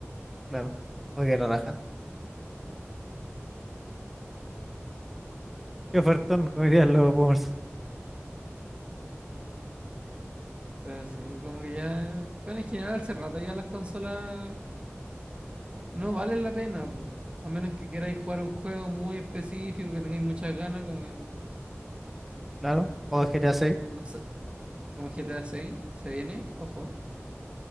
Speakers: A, in the centre; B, on the right.
A: Claro. Porque relajarse. Qué ofertón, como dirían los boomers.
B: Pero sí, como que ya. Bueno, en general hace rato ya las consolas no valen la pena, po. A menos que queráis jugar un juego muy específico, que tengáis muchas ganas, como, que-
A: Claro, o el GTA 6.
B: no sé, como GTA 6, se viene, ojo.